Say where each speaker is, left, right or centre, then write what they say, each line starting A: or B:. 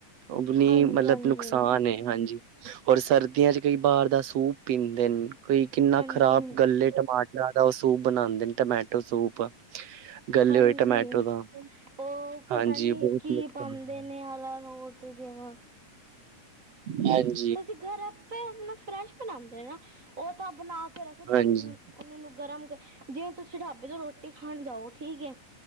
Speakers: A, on the right (about 55°); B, on the right (about 20°).
A: ਓਦੋ ਨੀ
B: ਹਾਂਜੀ
A: ਮਲਬ
B: ਹਾਂਜੀ
A: ਨੁਕਸਾਨ ਏ, ਹਾਂਜੀ ਹੋਰ ਸਰਦੀਆ ਚ ਕਈ ਬਾਰ ਦਾ ਸੂਪ ਪੀਦੇ, ਕਈ ਕਿੰਨਾ
B: ਹਾਂਜੀ
A: ਖ਼ਰਾਬ ਗਲ ਏ ਟਮਾ ਰਾ ਦਾ ਓ ਸੂਪ ਬਣਾਦੇ ਨੇ ਟਮੈਟੋ ਸੂਪ ਗੱਲੇ
B: ਹਾਂਜੀ,
A: ਹੋਏ ਟਮੈਟੋ ਦਾ।
B: ਓ
A: ਹਾਂਜੀ,
B: ਪਤਾ ਨੀ
A: ਬਹੁਤ
B: ਕੀ
A: ਨੁਕਸਾਨ
B: ਪਾਦੇ
A: ਹੈ।
B: ਨੇ ਅਲਾਰੋਟ ਤੇ ਜੇਵਾ।
A: ਹਾਂਜ।
B: ਤੁਸੀਂ ਘਰ ਆਪੇ ਅਪਣਾ ਫਰੈਸ਼ ਬਣਾਦੇ ਨਾ, ਓ ਤਾਂ ਬਣਾ ਕੇ ਰੱਖਦੇ
A: ਹਾਂਜੀ,
B: ਹੈਗੇ <unintelligible> ਮਨੂੰ ਗਰਮ ਕਰ, ਜੇ ਤੁਸੀਂ ਢਾਬੇ ਤੇ ਰੋਟੀ ਖਾਣ ਜਾਓ, ਠੀਕ ਏ